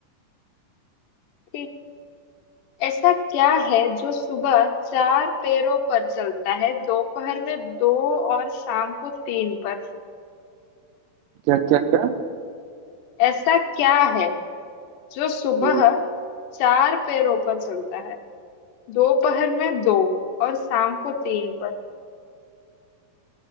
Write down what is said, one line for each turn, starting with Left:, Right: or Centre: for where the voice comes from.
Left: ठीक ऐसा क्या है जो सुबह चार पैरों पर चलता है दोपहर में दो और शाम को तीन पर
Right: क्या क्या क्या
Left: ऐसा क्या है जो सुबह
Right: हम्म,
Left: चार पैरों पर चलता है दोपहर में दो और शाम को तीन